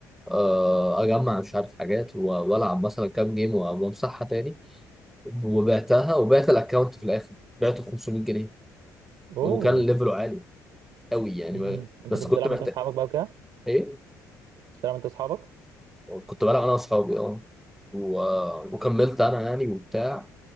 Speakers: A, in the centre; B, on the right.
A: آه، اجمع مش عارف حاجات و- والعب مثلا كام جيم و- وامسحها تاني وبعتها وبعت الاكونت في الاخر بعته ب 500 جنيه
B: اوه
A: وكان ليفله عالي قوي يعني
B: مم.
A: ما-
B: انت
A: بس
B: كنت
A: كنت
B: بتلعب
A: محتاج
B: انت واصحابك بقى وكده
A: إيه؟
B: كنت بتلعب انت واصحابك
A: كنت بلعب انا واصحابي اه و... وكملت انا يعني وبتاع